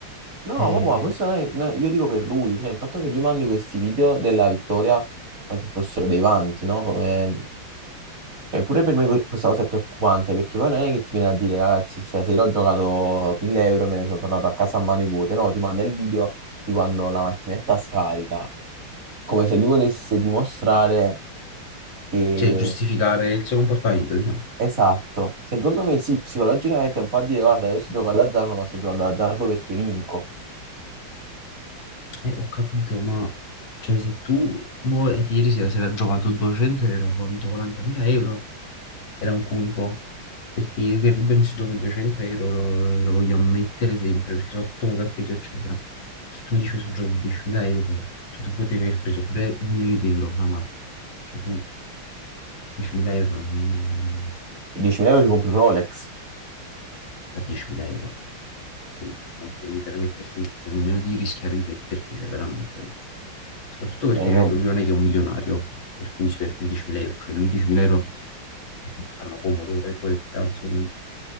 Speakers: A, on the right (about 40°); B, on the left (about 70°).
A: No,
B: Eh,
A: vabbè, ma questo non è- no, io dico per lui, cioè il fatto che lui mandi questi video della vittoria come se fossero dei vanti, no? Come... Cioè, pure per me que- questa cosa è preoccupante, perché poi non è che ti viene a dire, ragazzi, stasera ho giocato 1000 euro, e me ne sono tornato a casa a mani vuote, no? Ti manda il video di quando la macchinetta scarica come se lui volesse dimostrare Che...
B: cioè giustificare il suo comportamento, diciamo.
A: Esatto, secondo me sì, psicologicamente è un po' a dire guarda, io sto giocando d'azzardo, ma sto giocando d'azzardo perché vinco.
B: Eh, ho capito, ma cioè, se tu mo, eh, ieri sera si era giocato 200 euro, ha vinto 40.000 euro, era un conto, perché io che Ruben si gioca il 200 euro lo, lo voglio ammettere sempre, perché soprattutto mo che ha preso, eccetera. Se tu mi dici che sono giocato 10.000 euro, cioè tu potevi aver preso pure un milione di euro, fra mano. Cioè tu 10.000 euro, non-
A: 10.000 euro ti compri un Rolex.
B: cioè, 10.000 euro, cioè, non puoi permettersi nemmeno di rischiare di perderli, cioè veramente. Soprattutto perché,
A: Eh,
B: ripeto, lui non è che è un milionario, per cui si perde 10.000 euro, cioè lui 10.000 euro eh, gli fanno comodo, tra virgolette, non so come dire.